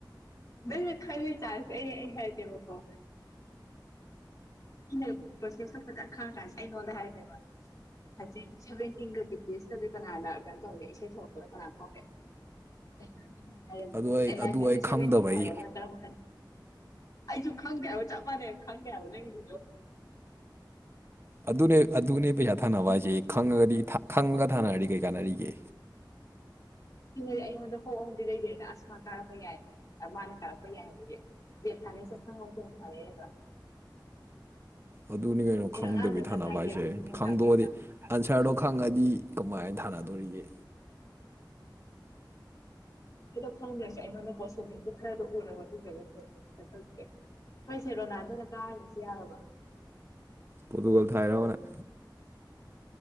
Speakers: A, on the left; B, on the right.
A: ꯅꯪꯅ ꯈꯪꯉ ꯇꯥꯔꯁꯦ ꯑꯩ ꯑꯩ ꯍꯥꯏꯒꯦꯕꯀꯣ ꯂꯩ ꯄ꯭ꯔꯣꯁꯦꯁꯇ ꯐꯖꯅ ꯈꯡ ꯀꯥꯟꯗ ꯑꯩ ꯅꯉꯣꯟꯗ ꯍꯥꯏꯔꯛꯀꯦꯕ ꯍꯧꯖꯤꯛ ꯁꯚꯦꯟꯇꯤꯟꯒ ꯕꯤ ꯇꯤ ꯑꯦꯁ ꯀ ꯀꯅꯥꯅ ꯀꯩꯅꯣ ꯇꯧꯒꯦ ꯏꯁꯩ ꯊꯣꯛꯂꯛꯄꯗ ꯀꯅꯥ ꯐꯥꯎꯅꯤ ꯑꯦ
B: ꯑꯗꯨ ꯑꯩ
A: ꯑꯦꯅꯥꯢꯟꯇꯤꯟꯒ
B: ꯑꯗꯨ ꯑꯩ
A: ꯁꯚꯦꯟꯇꯤꯟꯒ
B: ꯈꯪꯗꯕꯩ
A: ꯍꯥꯢꯔꯛꯎ ꯅꯪ ꯀꯔꯝꯕ ꯈꯟꯅꯤ ꯑꯩꯁꯨ ꯈꯪꯗꯦꯕ ꯆꯄ ꯃꯥꯅꯩꯕ ꯈꯪꯗꯦꯕ ꯅꯪ ꯒꯤꯗꯨ
B: ꯑꯗꯨꯅꯦ ꯑꯗꯨꯅꯦ ꯄꯩꯁꯥ ꯊꯥ
A: ꯑꯩꯅ
B: ꯅꯕ ꯍꯥꯢꯖꯦ ꯈꯪꯉꯗꯤ ꯈꯪꯉꯒ ꯊꯥꯅꯔꯗꯤ ꯀꯩ ꯀꯥꯟꯅꯔꯤꯒꯦ
A: ꯅꯦ ꯑꯩꯉꯣꯟꯗ ꯍꯣꯞ ꯑꯃꯗꯤ ꯂꯩꯗꯅ ꯃ ꯀꯥꯔꯛꯄ ꯌꯥꯏ ꯃꯥꯅ ꯀꯥꯔꯛꯄ ꯌꯥꯏ ꯍꯥꯏꯕꯒꯤ ꯕꯦꯗ ꯊꯥꯅꯩꯁꯦ ꯈꯪꯍꯧꯗꯅ ꯊꯥꯅꯩ ꯅꯇꯣ
B: ꯑꯗꯨꯅꯤ ꯀꯩꯅꯣ ꯈꯪꯗꯕꯤ
A: ꯑꯉꯥꯡꯗ
B: ꯊꯥꯅꯕ
A: ꯅꯪꯅ
B: ꯍꯥꯏꯁꯦ
A: ꯒꯦꯕ꯭ꯂꯤꯡꯒꯨꯝꯕ
B: ꯈꯪꯗꯣꯛꯑꯗꯤ
A: ꯇꯥꯛꯄꯤꯕ
B: ꯑꯟꯁꯔꯗꯣ ꯈꯪꯉꯗꯤ ꯀꯃꯥꯏꯅ ꯊꯥꯅꯗꯣꯔꯤꯒꯦ
A: ꯀꯗꯣ ꯈꯪꯗ꯭ꯔꯁꯦ ꯑꯩꯉꯣꯟꯗ ꯄꯣꯁꯤꯕꯤꯂꯤꯇꯤ ꯈꯔꯗꯣ ꯎꯔ ꯃꯇꯨꯡꯗ ꯅꯇꯣ ꯀꯩꯅꯣ ꯇꯧꯔꯤꯁꯦ ꯍꯣꯏꯁꯦ ꯔꯣꯅꯥꯜꯗꯣꯅ ꯀꯥꯔꯅꯤꯁꯦ ꯌꯥꯔꯕꯣ
B: ꯄꯣꯗꯨꯨꯒꯜ ꯊꯥꯏꯔꯕ ꯅꯪ